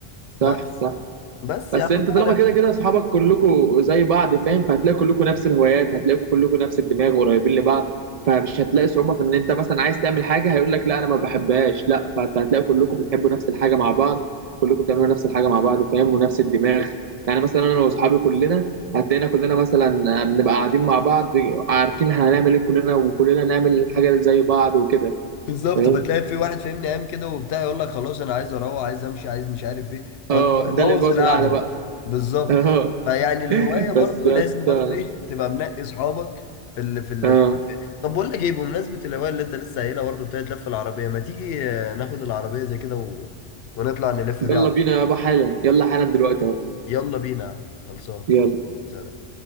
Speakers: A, on the left (about 70°); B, on the right (about 55°).
A: بس
B: صح صح
A: بس
B: بس
A: يا عم
B: انت طالما
A: انا
B: كده كده اصحابك كلكم زي بعض فاهم فهتلاقي كلكم نفس الهوايات هتلاقي كلكم نفس الدماغ قريبين لبعض فمش هتلاقي صعوبة في ان انت مثلا عايز تعمل حاجة هيقول لك لا انا ما بحبهاش لا فانت هتلاقي كلكم بتحبوا نفس الحاجة مع بعض كلكم بتعملوا نفس الحاجة مع بعض فاهم ونفس الدماغ يعني مثلا انا واصحابي كلنا هتلاقينا كلنا مثلا بنبقى قاعدين مع بعض عارفين هنعمل ايه كلنا وكلنا نعمل حاجة زي بعض وكده
A: بالظبط
B: فاهم
A: بتلاقي في واحد فاهمني قام كده وبتاع يقول لك خلاص انا عايز اروح عايز امشي عايز مش عارف ايه فبتبوظ
B: اه ده اللي بيبوظ
A: القعده
B: القعدة
A: بقى.
B: بقى
A: بالظبط
B: <laughs> اه
A: فيعني الهوايه برضو
B: بس يا
A: لازم
B: اسطى
A: برضو ايه تبقى منقي اصحابك في ال في ال
B: اه
A: طب بقول لك ايه بمناسبه الهوايه اللي انت لسه قايلها برضو بتاعت لف العربيه ما تيجي آه، ناخد العربيه زي كده و... ونطلع نلف بيها
B: يلا
A: على-
B: بينا يابا حالا يلا حالا دلوقتي اهو
A: يلا بينا يا عم. خلصان
B: يلا
A: سلام